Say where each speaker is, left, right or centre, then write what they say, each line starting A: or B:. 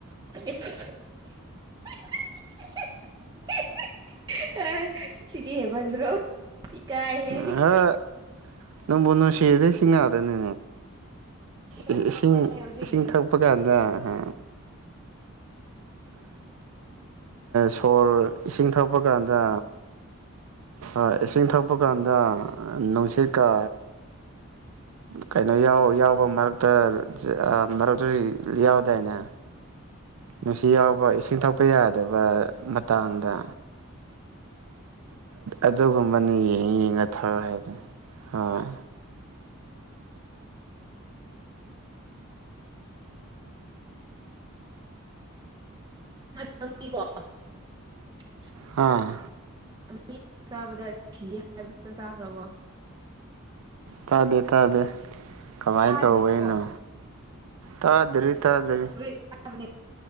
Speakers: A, on the right; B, on the right.
A: <unintelligible> ꯑ ꯁꯤꯗꯤ ꯍꯦꯕꯟ꯭ꯔꯣ ꯏ ꯀꯥꯏ ꯍꯦ
B: ꯍꯣꯏ ꯅꯪꯕꯨ ꯅꯨꯡꯁꯤꯗꯩ ꯁꯤꯁꯤꯡꯅꯔꯦꯅꯦ
A: ꯏꯀꯥꯏ
B: ꯑ ꯏꯁꯤꯡ
A: ꯍꯧꯖꯤꯛꯀꯤꯗꯣ
B: ꯏꯁꯤꯡ ꯊꯛꯄ ꯀꯥꯟꯗ ꯑ ꯁꯣꯔ ꯏꯁꯤꯡ ꯊꯛꯄ ꯀꯥꯟꯗ ꯍꯣꯏ ꯏꯁꯤꯡ ꯊꯛꯄ ꯀꯥꯟꯗ ꯅꯨꯡꯁꯤꯠꯀ ꯀꯩꯅꯣ ꯌꯥꯎꯕ ꯃꯔꯛꯇ ꯃꯔꯛꯇꯁꯨ ꯌꯥꯎꯗꯥꯏꯅꯦ ꯅꯨꯡꯁꯤ ꯌꯥꯎꯕ ꯏꯁꯤꯡ ꯊꯛꯄ ꯌꯥꯗꯕ ꯃꯇꯥꯡꯗ ꯑꯗꯨꯒꯨꯝꯕꯅ ꯌꯦꯡ ꯌꯦꯡꯉ ꯊꯧ ꯍꯥꯏꯗ ꯍꯣꯏ
A: <unintelligible>
B: ꯑ
A: ꯃꯤ ꯆꯥꯕꯗ ꯁꯤ ꯍꯥꯏꯕꯗꯨ ꯇꯥꯈ꯭ꯔꯕꯣ
B: ꯇꯥꯗꯦ ꯇꯥꯗꯦ ꯀꯃꯥꯏ
A: ꯇꯥꯗ꯭ꯔꯤꯕꯣ
B: ꯇꯧꯕꯩꯅꯣ ꯇꯥꯗꯔꯦ ꯇꯥꯗꯔꯦ
A: ꯆꯥꯕꯅꯦ